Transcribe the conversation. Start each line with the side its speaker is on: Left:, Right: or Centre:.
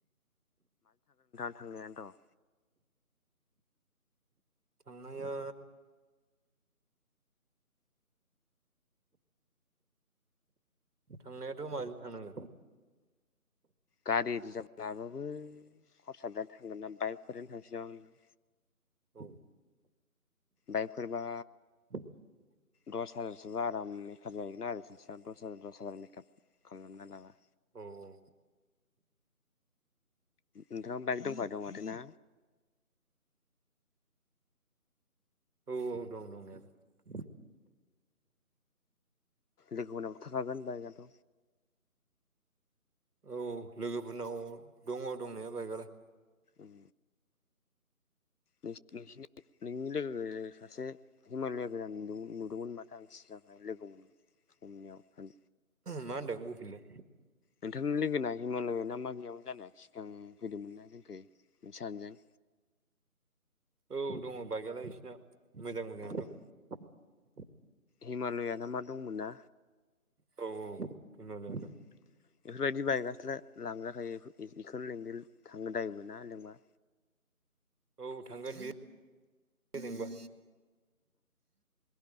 Left: थांनायानो थ
Right: थांनाया थांनायाथ' माजै थांनांगोन।
Left: गारि रिजार्भ लाबाबो खरसा जानो थांगोन ना बाइकफोरनो थांसैबा नां?
Right: औ
Left: बाइकफोरबा
Right: <inaudible>
Left: दस हाजारसोबा आराम मेकआप जाहैगोन आरो सासेयाव दस हाजार दस हाजार मेकआप खालामना लाबा
Right: औ औ
Left: नोंङा बाइक दंखायो दं माथो ना?
Right: औ औ दं दंनायालाय।
Left: लोगो फोरनाबो थाखागोन बाइकआथ'
Right: औ लोगोफोरनाव दङ दंनाया बाइकआलाय।
Left: उम नोंसिनि नोंनि लोगो सासे हिमालया गोजान नु नुदोंमोन माथो आं सि लोगो मोन समनियाव।
Right: मा होनदों बुंफिनलाय
Left: नोंथांनि लोगोना हिमालय ना मा गैयामोन जानो सिगां फैदोंमोन ना जोंखै सानैजों
Right: औ दङ बाइकआलाय बिसिना मोजां मोजांथ'
Left: अ हिमालया ना मा दंमोनना
Right: औ औ दंनायालाय दं
Left: बेफोरबायदि बायगासिनो लांजाखायो बेखौनो लें थाङो दायोबो मा होनदों मोन
Right: औ थांगोन बेयो नबा